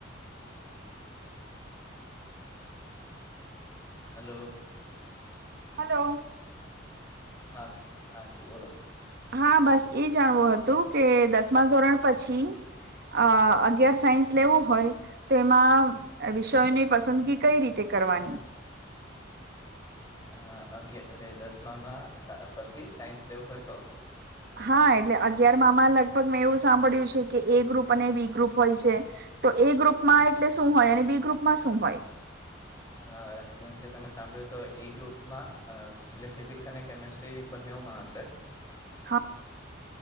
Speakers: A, on the left; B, on the right.
A: હેલો.
B: હલો.
A: હા, હા આટી બોલો
B: હા, બસ એ જાણવું હતું, કે દસમા ધોરણ પછી અ અગર સાયન્સ લેવું હોય, તો એમાં વિષયોની પસંદગી કઈ રીતે કરવાની
A: અ અગિયાર એટલે દસમામાં પછી, સાયન્સ લેવું હોય, તો
B: હા એટલે અગિયારમાંમાં લગભગ મેં એવું સાંભળ્યું છે, કે એ ગ્રુપ અને બી ગ્રુપ હોય છે, તો એ ગ્રુપમાં એટલે શું હોય અને બી ગ્રુપ મા, શુંભાઈ
A: અ જેમ કે તમે સાંભળ્યું, તો એ ગ્રુપમાં એટલે ફિઝિક્સ અને કેમેસ્ટ્રી બંને ન માસ
B: હા.